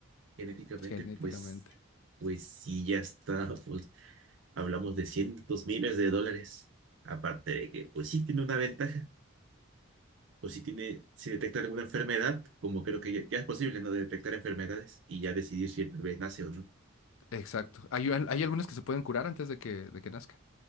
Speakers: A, on the right; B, on the left.
A: genéticamente,
B: genéticamente.
A: pues, pues sí, ya está. <laughs> Pues hablamos de cientos miles de dólares. Aparte de que, pues sí tiene una ventaja. Pues sí tiene, si detecta alguna enfermedad, como creo que ya, ya es posible, ¿no? De Detectar enfermedades y ya decidir si el bebé nace o no
B: Exacto. Hay, al- hay algunas que se pueden curar antes de que, de que nazca.